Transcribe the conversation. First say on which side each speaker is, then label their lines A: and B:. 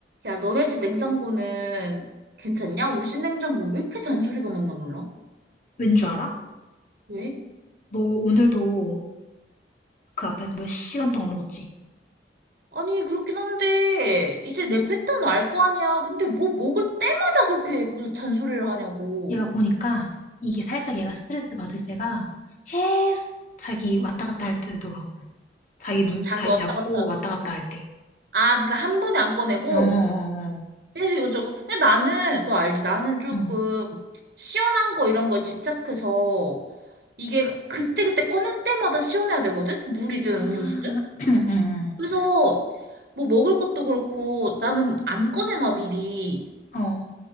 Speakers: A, on the right (about 60°); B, on the left (about 45°).
A: 야, 너네 집 냉장고는 괜찮냐? 우리 집 냉장고 왜 이렇게 잔소리가 많나 몰라?
B: 왠 줄 알아?
A: 왜?
B: 너 오늘도 그 앞에서 몇 시간 동안 먹었지?
A: 아니, 그렇긴 한데, 이제 내 패턴을 알 거 아니야. 근데 뭐 먹을 때마다 그렇게 무슨 잔소리를 하냐고.
B: 얘가 보니까 이게 살짝 얘가 스트레스 받을 때가 계속 자기 왔다 갔다 할 때더라고. 자기 문,
A: 자기
B: 자기
A: 왔다
B: 잡고
A: 갔다.
B: 왔다 갔다 할 때.
A: 아, 그러니까 한 번에 안 꺼내고,
B: 어, 어, 어.
A: 계속 이것저것. 근데 나는, 너 알지? 나는 조금
B: 응.
A: 시원한 거 이런 거에 집착해서, 이게 그때그때 꺼낼 때마다 시원해야 되거든? 물이든
B: 아,
A: 음료수든?
B: <clears throat> 응, 응,
A: 그래서 뭐 먹을 것도 그렇고 나는 안 꺼내놔 미리.
B: 응. 어.